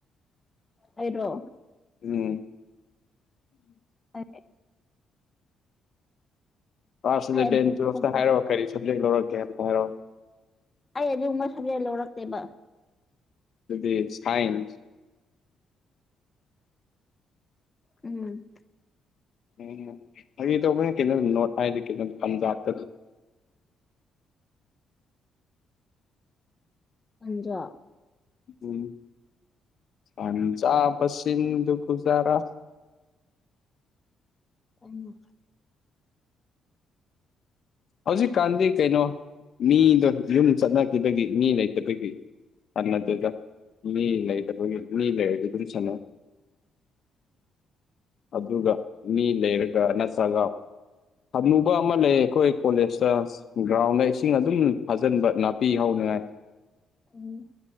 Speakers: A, on the left; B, on the left.
A: ꯑꯩꯔꯣ
B: ꯎꯝ
A: ꯑꯗꯨ
B: ꯀꯂꯥꯁ ꯏꯂꯚꯟ
A: ꯑꯩ ꯑꯗꯨꯝ
B: ꯍꯥꯏꯔꯛꯑꯣ ꯀꯔꯤ ꯁꯕꯖꯦꯛ ꯂꯧꯔꯛꯒꯦ ꯑꯝꯇ ꯍꯥꯏꯔꯛꯑꯣ
A: ꯑꯩ ꯑꯗꯨꯒꯨꯝꯕ ꯁꯕꯖꯦꯛ ꯂꯧꯔꯛꯇꯦꯕ
B: ꯑꯗꯨꯗꯤ ꯁꯥꯏꯟꯁ
A: ꯎꯝ
B: ꯎꯝ ꯍꯥꯏ ꯇꯧꯕꯅ ꯀꯩꯅꯣꯝ ꯅꯣꯠ ꯍꯥꯏꯥꯏꯗ ꯀꯩꯅꯣꯝ ꯂꯝꯝꯖꯥꯇ ꯑꯗꯨ
A: ꯄꯟꯖꯥ
B: ꯎꯝ ꯄꯟꯖꯥꯕ ꯁꯤꯗꯨꯒꯨꯖꯔꯥ
A: ꯇꯃ
B: ꯍꯧꯖꯤꯛꯀꯥꯟꯗꯤ ꯀꯩꯅꯣ ꯃꯤꯗꯣ ꯌꯨꯝ ꯆꯠꯅꯈꯤꯕꯒꯤ ꯃꯤ ꯂꯩꯇꯕꯒꯤ ꯑꯗꯨꯗꯨꯗ ꯃꯤ ꯂꯩꯗꯕꯒꯤ ꯃꯤ ꯂꯩꯔꯗꯤ ꯑꯗꯨꯝ ꯆꯅ ꯑꯗꯨ ꯃꯤ ꯂꯩꯔꯒ ꯅꯠꯇ꯭ꯔꯒ ꯍꯅꯨꯕ ꯑꯃ ꯂꯩ ꯑꯩꯈꯣꯏ ꯀꯣꯂꯦꯖꯇ ꯒ꯭ꯔꯥꯎꯟꯗ ꯏꯁꯤꯡ ꯑꯗꯨꯝ ꯐꯥꯖꯤꯟꯕ ꯅꯥꯄꯤ ꯍꯥꯎꯅꯤꯉꯥꯏ
A: ꯎꯝ